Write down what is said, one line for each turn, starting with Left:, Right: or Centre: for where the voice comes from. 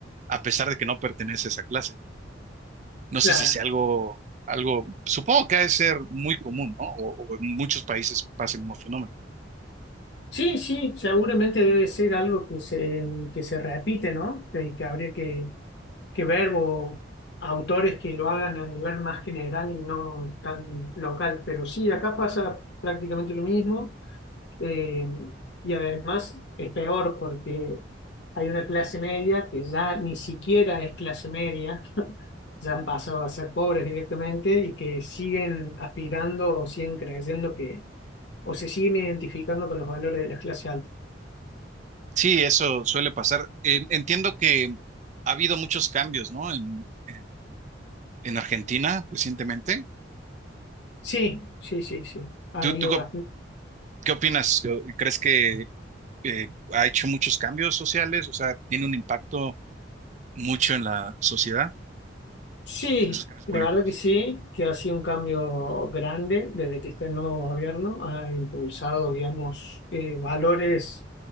Right: a pesar de que no pertenece a esa clase. No sé
Left: claro.
Right: si sea algo, algo, supongo que ha de ser muy común, ¿no? O, o en muchos países pasa el mismo fenómeno.
Left: Sí, sí, seguramente debe ser algo que se, que se repite, ¿no? Que, que habría que, que ver o autores que lo hagan a nivel más general y no tan local. Pero sí, acá pasa prácticamente lo mismo. Eh, y además es peor porque hay una clase media que ya ni siquiera es clase media, ya han pasado a ser pobres directamente y que siguen aspirando o siguen creyendo que, o se siguen identificando con los valores de las clases altas.
Right: Sí, eso suele pasar. Eh, entiendo que ha habido muchos cambios, ¿no? En, en, en Argentina recientemente.
Left: Sí, sí, sí, sí. Ha
Right: ¿Tú,
Left: habido
Right: tú qué
Left: bastante.
Right: qué opinas? ¿Crees que eh, ha hecho muchos cambios sociales? O sea, ¿tiene un impacto mucho en la sociedad,
Left: Sí,
Right: esos cambios políticos?
Left: la verdad que sí, que ha sido un cambio grande desde que está el nuevo gobierno, ha impulsado, digamos, eh, valores